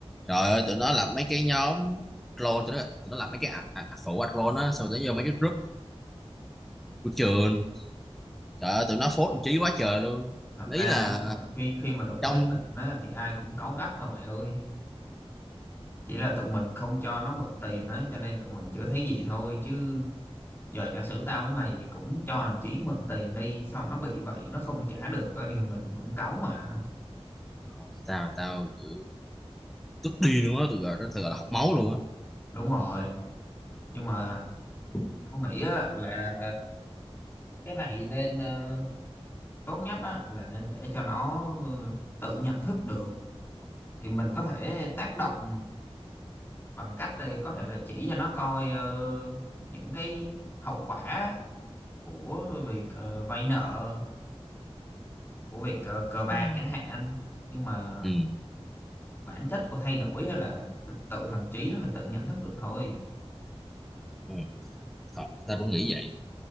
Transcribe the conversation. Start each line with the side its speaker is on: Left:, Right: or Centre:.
Centre: trời ơi tụi nó làm mấy cái nhóm clone tụi nó tụi nó làm mấy cái ạ- ạ- phụ ạ clone á xong tụi nó vô mấy cái group của trường trời ơi tụi nó phốt trí quá trời luôn
Left: thật
Centre: ý
Left: ra
Centre: là
Left: á là khi khi mà đụng
Centre: trong
Left: tới tiền á thì ai cũng cáu gắt thôi mày ơi chỉ là tụi mình không cho nó mượn tiền á cho nên tụi mình chưa thấy gì thôi chứ giờ giả sử tao với mày cũng cho thằng Chí mượn tiền đi xong nó bị vậy nó không trả được á, thì mình cũng cáu mà
Centre: Ờ, tao tao kiểu tức điên luôn á tụi rồi nó thật là học máu luôn á
Left: đúng rồi nhưng mà tao nghĩ á là cái này nên ờ, tốt nhất á là nên để cho nó ờ, tự nhận thức được thì mình có thể tác động bằng cách ờ, có thể là chỉ cho nó coi ờ, những cái hậu quả của việc ờ, vay nợ của việc ờ, cờ bạc
Centre: ừ.
Left: chẳng hạn nhưng mà
Centre: Ừ.
Left: bản chất của thay đổi á là tự thằng trí nó phải tự nhận thức được thôi
Centre: Ừ. Thật, tao cũng nghĩ vậy